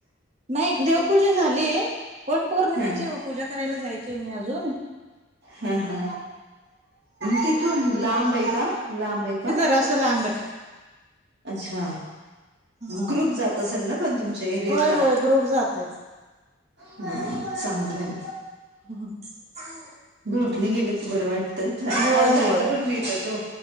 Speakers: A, on the right; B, on the right.
A: नाही. देवपूजा झालीये. वटपौर्
B: ह.
A: पूजा करायला जायची मी अजून.
B: हा हा. तिथू लांबे का? लांबे का?
A: जरास लांबे.
B: अच्छा,
A: हा
B: ग्रुप जात असेल ना पण तुमच्या एरियातला.
A: होय होय ग्रुप जातोय.
B: ह चांगलंय.
A: <unintelligible>
B: ग्रुपने गेलं की बरं वाटतं.
A: होय
B: पाच बायका
A: होय
B: पण मिळतात हो.